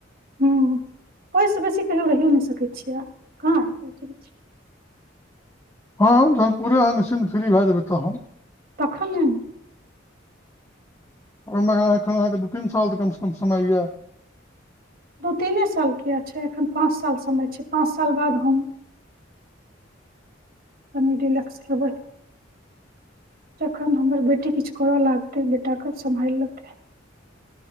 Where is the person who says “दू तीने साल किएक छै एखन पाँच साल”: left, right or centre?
Right